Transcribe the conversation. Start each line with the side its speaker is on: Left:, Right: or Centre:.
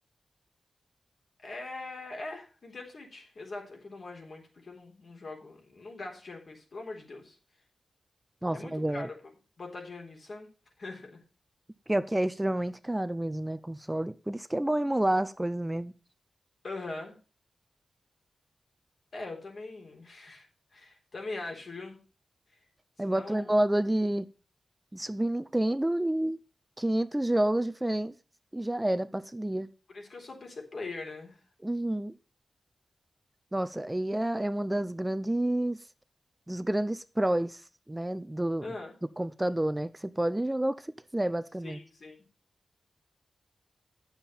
Left: É, é, Nintendo Switch, exato. É que eu não manjo muito porque eu não, não jogo, não gasto dinheiro com isso, pelo amor de Deus.
Right: Nossa,
Left: É muito
Right: mas
Left: caro
Right: é.
Left: pra botar dinheiro nisso, sabe? <laughs>
Right: Pior que é extremamente caro mesmo, né? Console. Por isso que é bom emular as coisas mesmo.
Left: Aham. É, eu também, <laughs> também acho, viu? Senão,
Right: Aí bota um emulador de, de Super Nintendo e 500 jogos diferentes e já era, passa o dia.
Left: por isso que eu sou PC player, né?
Right: Uhum. Nossa, aí é, é uma das grandes, dos grandes prós, né, do,
Left: Ah,
Right: do computador, né, que você pode jogar o que você quiser, basicamente.
Left: sim, sim.